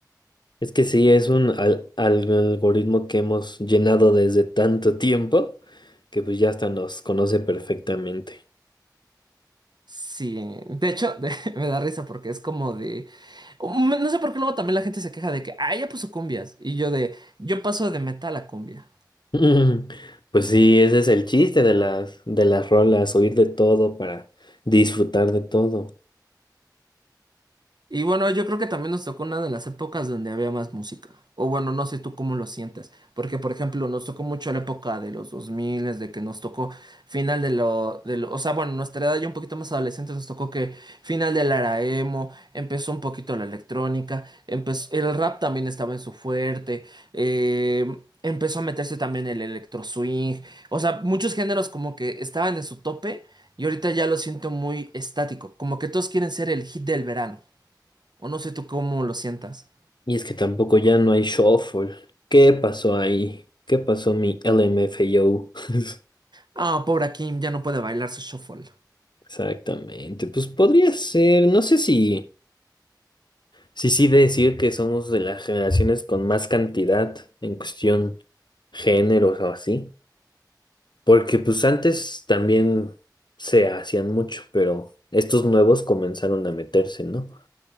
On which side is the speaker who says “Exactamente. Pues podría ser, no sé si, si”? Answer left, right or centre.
Left